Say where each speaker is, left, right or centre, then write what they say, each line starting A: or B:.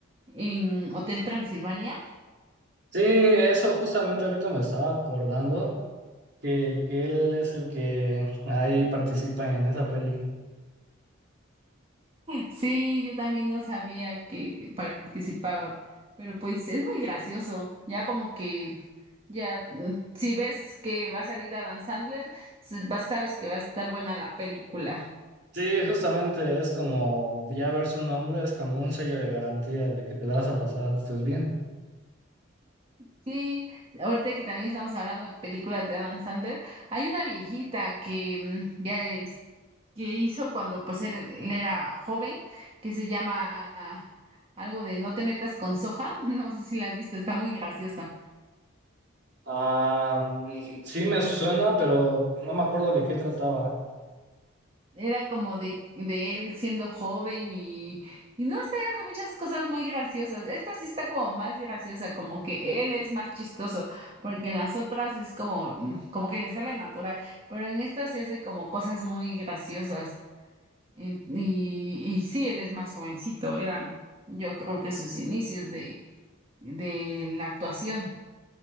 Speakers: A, on the right; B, on the right.
A: en Hotel Transilvania? <laughs>
B: Sí, eso justamente ahorita me estaba acordando. que, que él es el que ahí participa en esa peli.
A: Sí, yo también no sabía que participaba, pero pues es muy gracioso, ya como que... Ya, mm, si ves que va a salir Adam Sandler, s- va- sabes que va a estar buena la película.
B: Sí, justamente es como ya ver su nombre es como un sello de garantía de que te la vas a pasar pues bien.
A: Sí, ahorita que también estamos hablando de películas de Adam Sandler, hay una viejita que mm, ya es, que hizo cuando pues él, él era joven, que se llama ah, algo de No te metas con soja, <laughs> no sé si la has visto, está muy graciosa.
B: Ah, mm, sí me suena, pero no me acuerdo de qué trataba.
A: era como de, de él siendo joven y, y no sé, hace muchas cosas muy graciosas. Esta sí está como más graciosa, como que él es más chistoso, porque en las otras es como, mm, como que le sale natural, pero en esta sí hace como cosas muy graciosas. Y, y, y sí, él es más jovencito, eran yo creo que sus inicios de, de la actuación.